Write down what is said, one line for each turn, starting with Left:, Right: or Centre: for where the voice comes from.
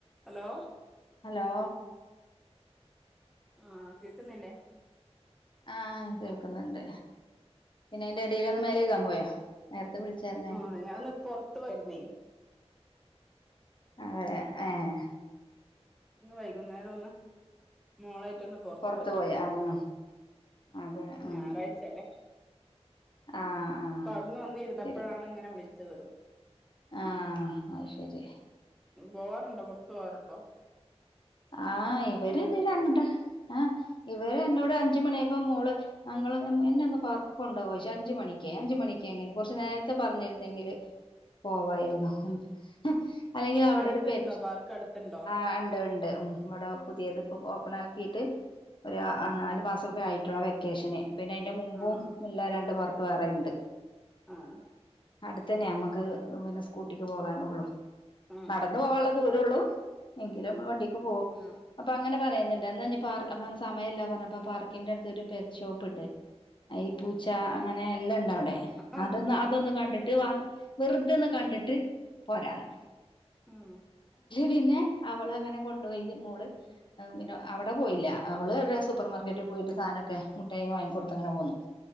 Centre: Hello?
Left: Hello.
Centre: ആഹ് കേക്ക്ന്നില്ലേ.
Left: ആഹ് കേൾക്ന്ന്ണ്ട് പിന്നയിന്റടീലൊന്ന്. മേലേകാൻ പോയോ നേര്ത്തെ വിൾച്ചാര്ന്നേ.
Centre: മെഞ്ഞാന്ന് കൊർ ത്തു ആയ്രിന്നെ.
Left: അതെ ഏഹ്.
Centre: ഇന്ന്‌ വൈകുന്നേര ഒന്ന്. മോളെയ്റ്റൊന്ന് പൊർത്തോയാര്ന്ന്
Left: പൊറത്ത് പോയി ആഹ് അതെ ഉം
Centre: ഞായറാഴ്ചല്ലേ.
Left: ആഹ് ആഹ്.
Centre: ങ് വന്നിരുന്നപ്പഴാണ്
Left: അത് ശരി
Centre: ങ്ങന വിളിച്ചത്.
Left: ആഹ് അയ്ശരി.
Centre: മ് പോവാറുണ്ടോ പൊർത്ത് പോവറുണ്ടൊ?
Left: ആഹ് ഇവര് ത് രണ്ട് ആഹ് ഇവര് എന്നോട് അഞ്ച് മണ്യയപ്പ മോള്. അങ്ങള് എം എന്നെ ഒന്ന് പാർക്ക് ക്കൊണ്ടാവോയ്ച്ച്‌ അഞ്ച് മണിക്കെ അഞ്ചുമണിക്കെങ്ങെനെ കൊർച്ച് നേരത്തെ പറഞ്ഞിര്‌ന്നെങ്കില്. പോവായിരുന്നൊ ഉം അല്ലെങ്കി അവിടൊരു
Centre: അടുത്തുണ്ടോ
Left: പെ
Centre: പാർക്ക് അടുത്തുണ്ടോ
Left: ആ ണ്ട് ഉം ഇവിടെ പുതിയത് ഇപ്പം ഒപ്പൺ ആക്കിയിട്ട് ഒര് ആ നാല് മാസ പായിട്ടുള്ള വെക്കേഷന് പിന്നെ അയിന്റ മുമ്പും
Centre: ആഹ്
Left: ഇള്ള രണ്ട് വർക്ക് വേറെ ഇണ്ട്
Centre: ആഹ്‌
Left: അടുത്തന്നെ നമ്മക്ക് പിന്നെ സ്കൂട്ടിക്ക് പോകാനുള്ളു
Centre: ആഹ്
Left: നടന്ന് പോകാനുള്ള ദൂരള്ളൂ. ഇല്ലേ നമ്മൾ വണ്ടിക്ക് പോകും
Centre: ആഹ്
Left: അപ്പോ അങ്ങനെ പറയുന്ന്ണ്ട് എന്നാ ഇനി പാർ അപ്പോ സമയല്ല പറഞ്ഞപ്പോ പാർക്കിന്റെടുത്ത് ഒരു പെറ്റ് ഷോപ്പ്ണ്ട് ഈ പൂച്ച
Centre: ആഹ്
Left: അങ്ങനെ എല്ലണ്ടവ്ടെ
Centre: ആഹ്
Left: അതോന്നു
Centre: ആഹ്
Left: അതോന്നു കണ്ടിട്ട് വ വെറുതേന്ന് കണ്ടിട്ട് പോരാന്ന്
Centre: ഉം
Left: പിന്നെ അവള് അങ്ങനെ കൊണ്ടുപോയിത് മോള് അത് പിന്ന അവ്ടെ പോയില്ല അവൾ ഇവ്ടെ സൂപ്പർമാർക്കറ്റിൽ പോയിട്ട് സാധനോക്കെ മുട്ടായി ഒക്കെ വാങ്ങി കൊടുത്ത് അങ്ങനെ പോന്ന്